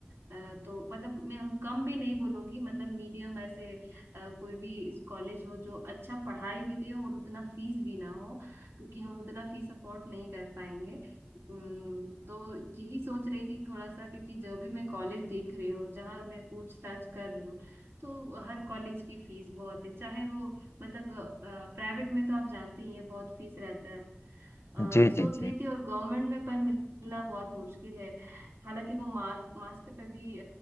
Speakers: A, on the right (about 65°); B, on the left (about 80°).
A: अ, तो मतलब मैं हम कम भी नहीं बोलूंगी मतलब मीडियम ऐसे अ, कोई भी कॉलेज हो जो अच्छा पढ़ाई भी दे और उतना फीस भी ना हो क्योंकि हम उतना फीस अफोर्ड नहीं कर पाएंगे हम्म, तो यही सोच रही थी थोड़ा सा क्योंकि जो भी मैं कॉलेज देख रही हूँ जहाँ मैं पूछताछ कर रही हूँ तो हर कॉलेज की फीस बहुत है चाहे वो मतलब प्राइवेट में तो आप जानते ही हैं बहुत फीस रहता है अ,
B: जी
A: सोच
B: जी जी
A: रही थी और गवर्नमेंट में पर मिलना बहुत मुश्किल है हालांकि वो मार्क्स मार्क्स पे भी